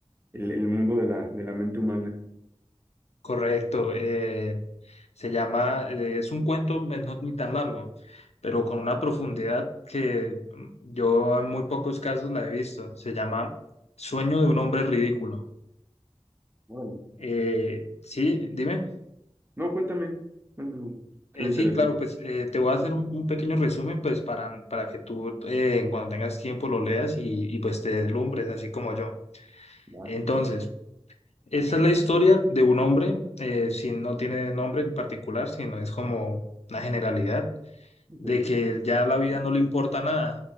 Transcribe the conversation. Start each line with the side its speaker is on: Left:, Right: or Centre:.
Right: el, el mundo de la, de la mente humana.
Left: correcto. eh, se llama, eh, es un cuento eh, no ni tan largo, pero con una profundidad que mm, yo en muy pocos casos la he visto. Se llama Sueño de un hombre ridículo.
Right: Órale.
Left: Eh, sí, dime.
Right: No, cuéntame, cuéntame,
Left: Eh,
Right: suena interesante.
Left: sí, claro, pues eh, te voy a hacer un, un pequeño resumen, pues para, para que tú eh, cuando tengas tiempo lo leas y, y, pues te deslumbres, así como yo.
Right: Va,
Left: Entonces, esta es la historia de un hombre, eh, si no tiene nombre en particular, sino es como una generalidad,
Right: ok,
Left: de que ya la vida no le importa nada,